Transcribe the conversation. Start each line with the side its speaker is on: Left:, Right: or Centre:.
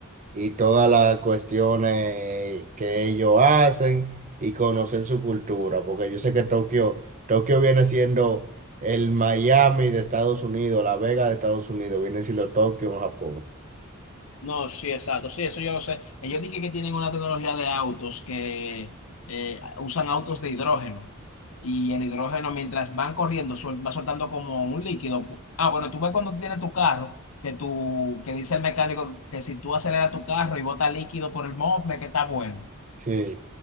Right: y todas las cuestiones que ellos hacen y conocer su cultura, porque yo sé que Tokio, Tokio viene siendo el Miami de Estados Unidos, la Vega de Estados Unidos, viene siendo Tokio en Japón.
Left: No, sí, exacto. Sí, eso yo lo sé. Ellos dije que tienen una tecnología de autos que eh, usan autos de hidrógeno. Y el hidrógeno, mientras van corriendo, suel- va soltando como un líquido. Ah, bueno, tú ves cuando tú tienes tu carro, que tú, que dice el mecánico que si tú aceleras tu carro y bota líquido por el mofle, que está bueno
Right: Sí,